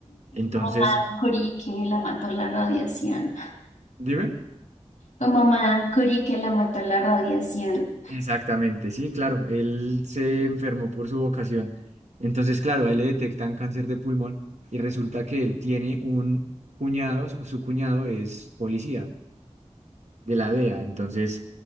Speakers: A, on the right; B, on the left.
A: Entonces,
B: Como Madame Curie que la mató la radiación.
A: dime.
B: Como Madame Curie que la mató la radiación.
A: Exactamente, sí, claro, él se enfermó por su vocación. Entonces, claro, a él le detectan cáncer de pulmón y resulta que él tiene un cuñado, su, su cuñado es policía. de la DEA. Entonces,